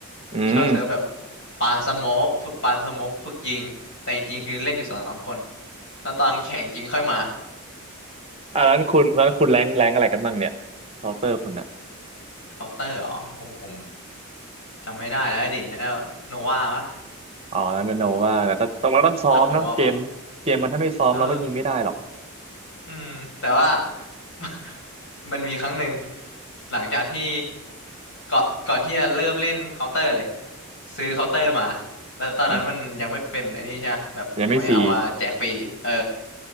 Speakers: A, on the right; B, on the left.
A: อืม
B: เช่าเซิร์ฟแบบปาสโมกฝึกปาสโมกฝึกยิงแต่จริงๆคือเล่นอยู่สองสามคนแล้วตอนแข่งจริงค่อยมา
A: อ่านั้นคุณตั้นคุณแรงแรงอะไรกันบ้างเนี่ยเคาน์เตอร์คุณอะ
B: <laughs> เคาน์เตอร์เหรอโอ้โหผมจำไม่ได้แล้วดิแล้วโนวาปะ
A: อ๋อแล้วเป็นโนว่าแต่ก็ต้องเราต้องซ้อมเนาะเกมเกมมันถ้าไม่ซ้อมเราก็ยิงไม่ได้หรอก
B: แล้วผมก็เออ อืมแต่ว่า <laughs> มันมีครั้งหนึ่งหลังจากที่ก่อนก่อนที่จะเริ่มเล่นเคาน์เตอร์เลยซื้อเคาน์เตอร์มาแล้วตอนนั้นมันยังไม่เป็นไอ้นี่ใช่ปะแบบยังไม่เอามาแจกฟรีเออ
A: อืมยังไม่ฟรี